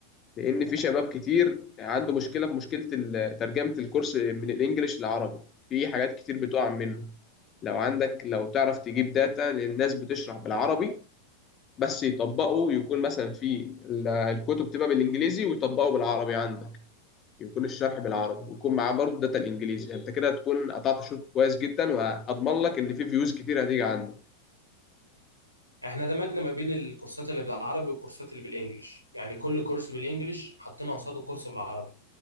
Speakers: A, on the left; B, on the left.
A: لان في شباب كتير عنده مشكلة في مشكلة ال- ترجمة الكورس من الانجليش للعربي في حاجات كتير بتقع منه لو عندك لو تعرف تجيب داتا للناس بتشرح بالعربي بس يطبقوا يكون مثلا في ال- الكتب تبقى بالانجليزي ويطبقوا بالعربي عندك يكون الشرح بالعربي ويكون معاه برضه داتا الانجليزي يعني انت كده هتكون قطعت شوط كويس جدا واضمن لك ان في فيوز كتير هتيجي عندك
B: احنا دمجنا ما بين الكورسات اللي بالعربي والكورسات اللي بالانجلش يعني كل كورس بالانجلش حطينا قصاده كورس بالعربي